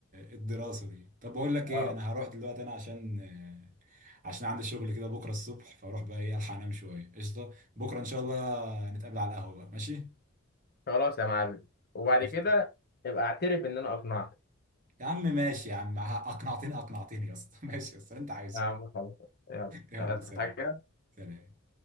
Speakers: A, on the right; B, on the left.
A: الدراسة دي طب بقول لك ايه
B: اه
A: انا هروح دلوقتي انا عشان عشان عندي شغل كده بكرة الصبح فاروح بقى ايه الحق انام شوية قشطة بكرة ان شاء الله نتقابل على القهوة بقى ماشي
B: خلاص يا معلم وبعد
A: قشطة
B: كده ابقى اعترف ان انا اقنعتك
A: يا عم ماشي يا عم اقنعتني اقنعتني يا اسطى <laughs> ماشي يا اسطى اللي انت عايزه
B: يا عم خلاص يلا
A: يلا
B: عايز
A: سلام
B: حاجه
A: سلام